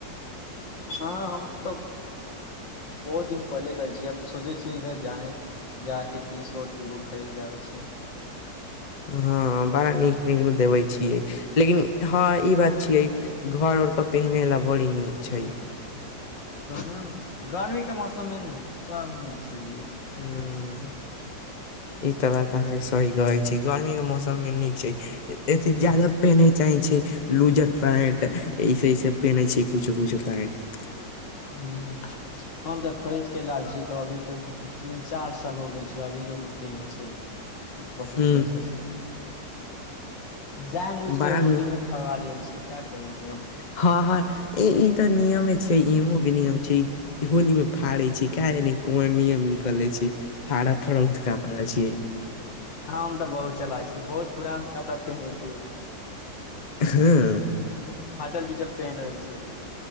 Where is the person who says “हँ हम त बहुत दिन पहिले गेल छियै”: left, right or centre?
Left